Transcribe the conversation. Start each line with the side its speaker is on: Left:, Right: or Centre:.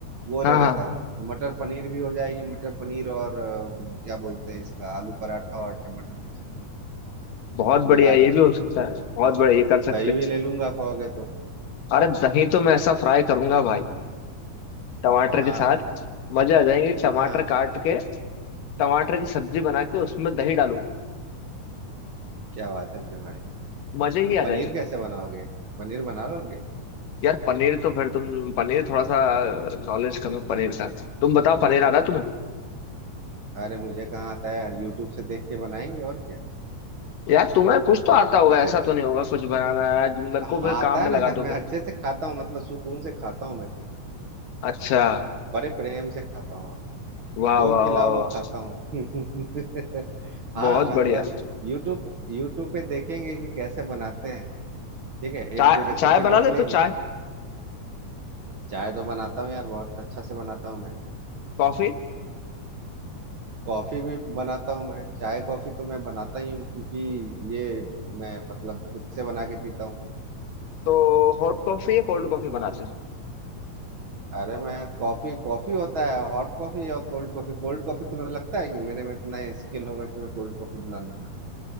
Right: वो ले
Left: हाँ
Right: लेता
Left: हाँ
Right: हूँ तो मटर पनीर भी हो जाएगी मटर पनीर और अ, क्या बोलते हैं इसका आलू पराठा और टमाटर की चटनी
Left: बहुत बढ़िया
Right: मजा
Left: ये
Right: आ जाएगा
Left: भी हो सकता है बहुत
Right: और
Left: बढ़िया ये कर सकते
Right: दही
Left: हैं
Right: भी ले लूंगा कहोगे तो
Left: अरे दही तो मैं ऐसा फ्राई करूंगा भाई टमाटर
Right: हाँ
Left: के साथ मजे आ जाएंगे टमाटर
Right: हाँ हाँ
Left: काट के टमाटर की सब्जी बना के उसमें दही डालूंगा
Right: क्या बात है मेरे भाई
Left: मजे
Right: तो
Left: ही आ
Right: पनीर
Left: जाएंगे
Right: कैसे बनाओगे पनीर बना लोगे
Left: यार पनीर तो फिर तुम पनीर थोड़ा सा नॉलेज कम है पनीर का तुम बताओ पनीर आता है तुम्हें
Right: अरे मुझे कहाँ आता है यार यूट्यूब से देख के बनाएंगे और क्या
Left: यार तुम्हें कुछ तो आता होगा
Right: वैसे
Left: ऐसा तो नहीं होगा कुछ बनाना आज मेरे
Right: हाँ
Left: को फिर काम
Right: आता
Left: में
Right: है ना
Left: लगा
Right: यार
Left: दोगे
Right: मैं अच्छे से खाता हूँ मतलब सुकून से खाता हूँ मैं खाना
Left: अच्छा
Right: बड़े प्रेम से खाता हूँ
Left: वाह
Right: जो
Left: वाह
Right: खिलाओ
Left: वाह
Right: वो
Left: वाह
Right: खाता हूँ <laughs> हाँ
Left: बहुत
Right: मतलब
Left: बढ़िया
Right: यूट्यूब यूट्यूब पे देखेंगे कि कैसे बनाते हैं ठीक है
Left: चाय
Right: एक दो रेसिपी
Left: चाय बना
Right: देख
Left: ले
Right: लेंगे
Left: तो चाय
Right: चाय तो बनाता हूँ यार बहुत अच्छा से बनाता हूँ मैं
Left: कॉफी
Right: कॉफी भी बनाता हूँ मैं चाय कॉफी तो मैं बनाता ही हूँ क्योंकि ये मैं मतलब खुद से बना के पीता हूँ
Left: तो हॉट कॉफी या कोल्ड कॉफी बनाते
Right: अरे मैं कॉफी कॉफी होता है हॉट कॉफी या कोल्ड कॉफी कोल्ड कॉफी तुम्हें लगता है कि मेरे में इतना स्किल होगा कि मैं कोल्ड कॉफी बना लूंगा